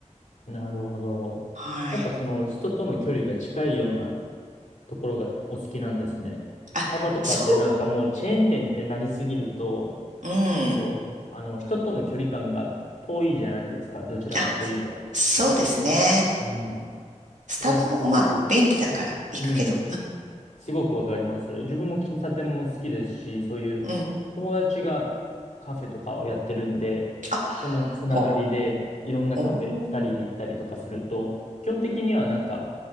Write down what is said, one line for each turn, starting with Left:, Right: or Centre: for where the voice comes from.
Left: なるほど。
Right: はい。
Left: やっぱその人との距離が近いようなところがお好きなんですね。
Right: あ、
Left: スタバとかってなんかもうチェーン店ってなりすぎると、
Right: そう、うん。
Left: ちょっと、あの、人との距離感が遠いじゃないですか、どちらかというと。
Right: あ、そうですね。
Left: うん。
Right: スタバもまあ、
Left: それはすごく、
Right: 便利だから行くけど。
Left: うん。すごくわかります。それ。自分も喫茶店も好きですし、そういう友達が
Right: うん。
Left: カフェとかをやってるんで、
Right: あ、
Left: そのつながりでいろんなカフェ二人で行ったりとかすると、
Right: ほ、おー、
Left: 基本的にはなんか、